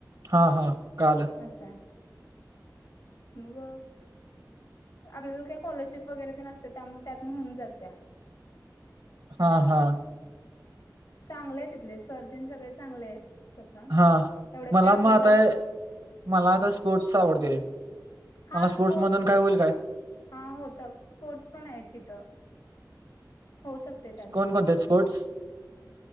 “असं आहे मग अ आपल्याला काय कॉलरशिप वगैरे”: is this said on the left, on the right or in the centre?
Left